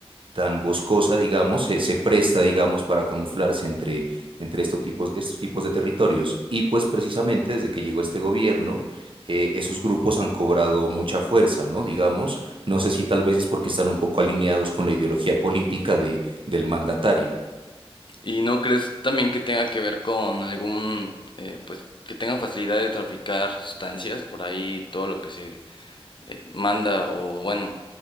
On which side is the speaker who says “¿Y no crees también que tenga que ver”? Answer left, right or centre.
Left